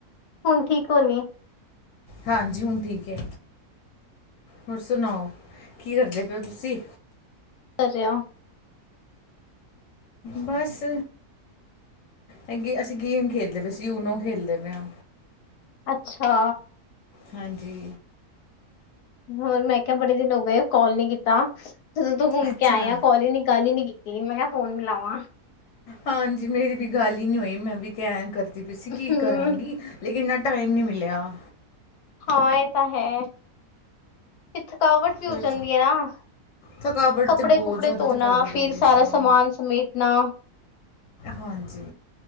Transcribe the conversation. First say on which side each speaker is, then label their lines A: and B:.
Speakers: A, on the left; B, on the left.
A: ਹੁਣ ਠੀਕ ਹੋਣੀ
B: ਹਾਂਜੀ ਹੁਣ ਠੀਕ ਹੈ ਹੋਰ ਸੁਣਾਓ ਕੀ ਕਰਦੇ ਪਏ ਤੁਸੀਂ
A: ਸ <unintelligible>
B: ਬਸ ਹੈਗੇ ਅਸੀਂ ਗੇਮ ਖੇਡਦੇ ਪ ਅਸੀਂ ਯੂਨੋ ਖੇਡਦੇ ਪਏ ਹਾਂ
A: ਅੱਛਾ
B: ਹਾਂਜੀ
A: ਹੋਰ ਮੈਂ ਕਿਹਾ ਬੜੇ ਦਿਨ ਹੋ ਗਏ ਕਾਲ ਨੀ ਕੀਤਾ ਜਦੋਂ ਤੂੰ ਘੁੰਮ
B: ਅੱਛਾ
A: ਕੇ ਆਏ ਆ ਕਲਨੀ ਗੱਲ ਹੀ ਨੀ ਕੀਤੀ ਮੈਂ ਕਿਹਾ ਫੋਨ ਮ ਲਵਾਂ
B: ਹਾਂਜੀ ਮੇਰੀ ਵੀ ਗੱਲ ਹੀ ਨਹੀਂੀ ਹੋਈ ਮੈਂ ਵੀ ਕਹਿ ਕਰਦੀ ਪਈ ਸੀ ਕੀ
A: ਹਮ
B: ਕਰਾਂਗੀ ਲੇਕਿਨ ਇੰਨਾ ਟਾਈਮ ਨਹੀਂ ਮਿਲਿਆ
A: ਹਾਂ ਇਹ ਤਾਂ ਹੈ ਤੇ ਥਕਾਵਟ ਵੀ
B: ਫਿਰ
A: ਹੋ ਜਾਂਦੀ ਹੈ ਨਾ
B: ਥਕਾਵਟ
A: ਕੱਪੜੇ
B: ਤਾਂ ਬਹੁਤ
A: ਕੁਪੜੇ
B: ਜ਼ਿਆਦਾ
A: ਧੋਣਾ
B: ਥਕਾਵਟ
A: ਫਿਰ
B: ਹੋ ਗਈ
A: ਸਾਰਾ
B: ਸੀ
A: ਸਮਾਮਾਨ ਸਮੇਟਣਾ
B: ਹਾਂਜੀ